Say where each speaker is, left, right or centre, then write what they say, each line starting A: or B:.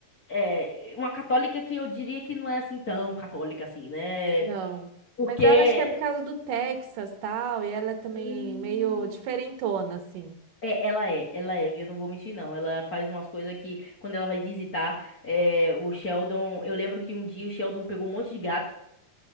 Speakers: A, on the left; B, on the right.
A: É, uma católica que eu diria que não é assim tão católica assim, né?
B: Não.
A: Porque.
B: Mas ela acho que é por causa do Texas, tal, e ela é também
A: hum,
B: meio diferentona, assim.
A: É, ela é, ela é, viu? Não vou mentir, não. Ela faz umas coisas que, quando ela vai visitar é, o Sheldon. Eu lembro que um dia o Sheldon pegou um monte de gato.